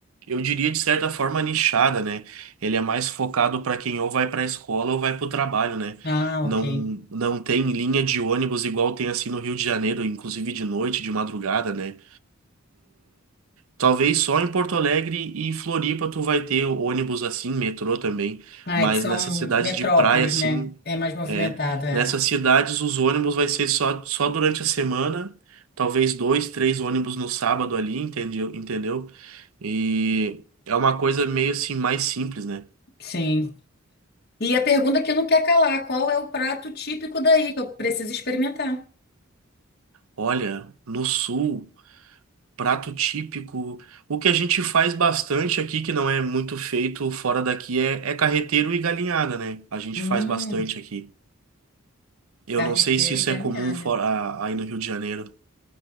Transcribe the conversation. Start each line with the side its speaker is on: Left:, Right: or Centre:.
Right: eu diria de certa forma nichada, né? Ele é mais focado para quem ou vai para a escola ou vai para o trabalho, né?
Left: Ah,
Right: Não,
Left: ok.
Right: não tem linha de ônibus igual tem assim no Rio de Janeiro, inclusive de noite, de madrugada, né? Talvez só em Porto Alegre e Floripa tu vai ter ônibus assim, metrô também,
Left: Ah,
Right: mas
Left: é que são
Right: nessas cidades
Left: metrópoles,
Right: de praia assim,
Left: né? É mais movimentado,
Right: é,
Left: é.
Right: nessas cidades os ônibus vai ser só, só durante a semana, talvez dois, três ônibus no sábado ali, entendeu? Entendeu? E é uma coisa meio assim mais simples, né?
Left: Sim. E a pergunta que não quer calar, qual é o prato típico daí que eu preciso experimentar?
Right: Olha, no sul, prato típico, o que a gente faz bastante aqui, que não é muito feito fora daqui, é, é carreteiro e galinhada, né? A gente
Left: Hum,
Right: faz bastante aqui. Eu
Left: carreteira
Right: não sei se isso
Left: e galinhada.
Right: é comum fora, a- aí no Rio de Janeiro.